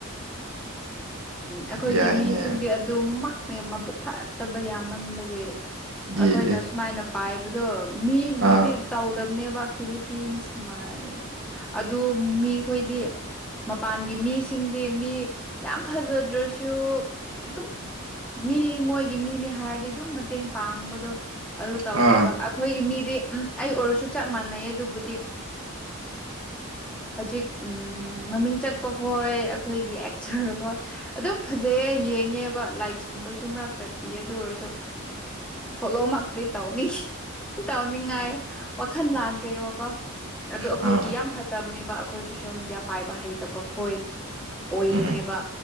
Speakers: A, in the centre; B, on the right.
A: ꯑꯩꯈꯣꯏꯒꯤ
B: ꯌꯥꯏꯅꯦ
A: ꯃꯤꯁꯤꯡꯗꯤ ꯑꯗꯨꯝꯃꯛꯅꯦ ꯃꯕꯨꯛ ꯐꯠꯇꯕ ꯌꯥꯝꯃꯟꯕꯒꯤ
B: ꯌꯦ
A: ꯑꯩꯈꯣꯏꯅ ꯁꯨꯃꯥꯏꯅ ꯄꯥꯏꯕꯗꯣ ꯃꯤꯒꯤꯗꯤ
B: ꯑꯥ
A: ꯇꯧꯗꯝꯕꯅꯦꯕ ꯐꯤꯂꯤꯄꯤꯟꯁ ꯃꯥꯏ ꯑꯗꯨ ꯃꯤꯈꯣꯏꯗꯤ ꯃꯄꯥꯟꯒꯤ ꯃꯤꯁꯤꯡꯗꯤ ꯃꯤ ꯌꯥꯝ ꯐꯖꯗ꯭ꯔꯁꯨ ꯑꯗꯨꯝ ꯃꯤ ꯃꯣꯏꯒꯤ ꯃꯤꯅꯤ ꯍꯥꯏꯔꯗꯤ ꯑꯗꯨꯝ ꯃꯇꯦꯡ ꯄꯥꯡꯕꯗꯣ ꯑꯗꯨ ꯇꯧꯋꯦꯕ
B: ꯑꯥ
A: ꯑꯩꯈꯣꯏꯒꯤ ꯃꯤꯗꯤ ꯎꯝ ꯑꯩ ꯑꯣꯏꯔꯁꯨ ꯆꯞ ꯃꯥꯟꯅꯩ ꯑꯗꯨꯕꯨꯗꯤ ꯍꯧꯖꯤꯛ ꯃꯃꯤꯡ ꯆꯠꯄ ꯈꯣꯏ ꯑꯩꯈꯣꯏꯒꯤ ꯑꯦꯛꯆꯔꯈꯣꯏ ꯑꯗꯨꯝ ꯐꯖꯩꯌꯦ ꯌꯦꯡꯉꯦꯕ ꯂꯥꯏꯛꯁꯀꯨꯝꯕꯁꯨ ꯃꯛꯛꯇꯄꯤ ꯑꯗꯨ ꯑꯣꯏꯔꯁꯨ ꯐꯣꯂꯣ ꯃꯥꯇ ꯇꯥꯎꯅꯤ ꯇꯧꯅꯤꯡꯉꯥꯏ ꯋꯥꯈꯜ ꯂꯥꯛꯇꯦꯕꯀꯣ ꯑꯗꯨ ꯑꯩꯈꯣꯏꯒꯤ
B: ꯑꯥ
A: ꯌꯥꯝ ꯐꯠꯇꯕꯅꯦꯕ ꯑꯩꯈꯣꯏ ꯁꯣꯁꯦꯜ ꯃꯦꯗꯤꯌꯥ ꯄꯥꯏꯕ ꯍꯩꯇꯕ ꯈꯣꯏ ꯑꯣꯏꯕꯅꯦꯕ
B: ꯎꯝ